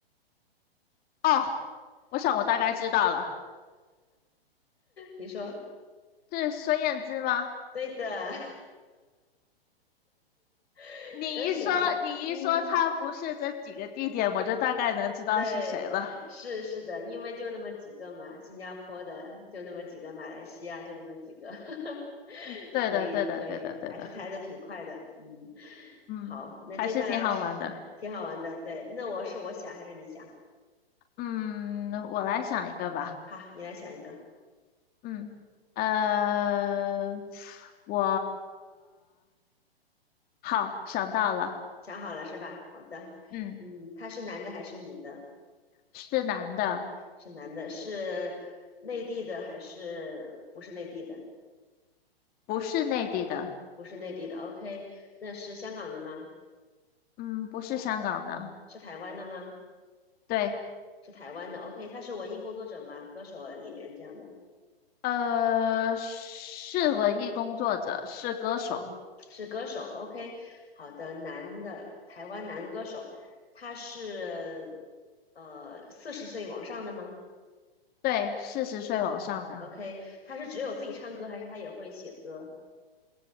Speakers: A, on the left; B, on the left.
A: 哦，我想我大概知道了，
B: 你说
A: 是孙燕姿吗？
B: 对的，<laughs>
A: 你一说，
B: 可以呀、
A: 你一说她不是这几个地点，
B: 嗯。
A: 我就大概能知道是谁了。
B: 对，是是的，因为就那么几个嘛，新加坡的就那么几个，马来西亚就那么几个，<laughs>
A: 呃，对的，
B: 可以可以，
A: 对的，对的，对的。
B: 还是猜的挺快的，嗯，
A: 嗯，
B: 好，那接下来是挺好玩的，
A: 还是挺好玩的。
B: 对，那我是我想还是你想？
A: 嗯，我来想一个吧。
B: 好，你来想一个，
A: 嗯，呃，我好想到了。
B: 想好了是吧？好的，
A: 嗯，
B: 嗯，他是男的还是女的？
A: 是男的，
B: 是男的，是内地的还是不是内地的？
A: 不是内地的，
B: 不是内地的，OK，那是香港的吗？
A: 嗯，不是香港的。
B: 是台湾的吗？
A: 对，
B: 是台湾的，OK，他是文艺工作者吗？歌手、演员这样的，
A: 呃，是文艺工作者，是歌手，
B: 嗯，是歌手，OK，好的，男的，台湾男歌手，他是呃四十岁往上的吗
A: 对，四十岁往上的。
B: ？OK，他是只有自己唱歌，还是他也会写歌？